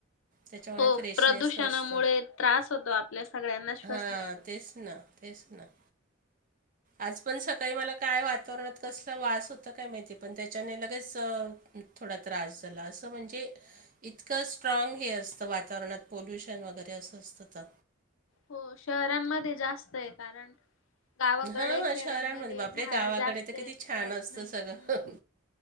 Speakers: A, on the right; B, on the left.
A: त्याच्यामुळे
B: हो
A: फ्रेशनेस
B: प्रदूषणामुळे
A: नसतं
B: त्रास होतो आपल्या सगळ्यांना श्वसनाचा
A: हां तेच ना तेच ना आज पण सकाळी मला काय वातावरणात कसला वास होता काय माहिती पण त्याच्याने लगेच थोडा त्रास झाला असं म्हणजे इतकं स्ट्राग हे असतं वातावरणात पोल्युशन वगैरे असं असतं तर
B: हो शहरांमध्ये जास्त आहे कारण गावाकडे
A: हां
B: खेड्यांमध्ये
A: हां शहरांमध्ये बापरे
B: झाड
A: गावाकडे
B: जास्त
A: तर
B: आहेत
A: किती छान
B: त्यात
A: असतं
B: नाही हम्म
A: सगळं